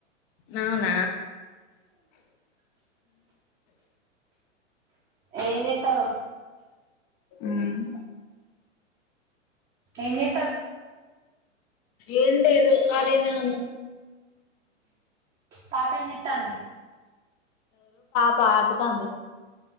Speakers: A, on the left; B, on the right.
A: ఉమ్
B: ఏం చేస్తారో
A: మ్మ్
B: ఏం చే
A: ఏం లేదు కాలినే ఉన్న
B: పాప ఏం చేస్తంది
A: పాకుతంది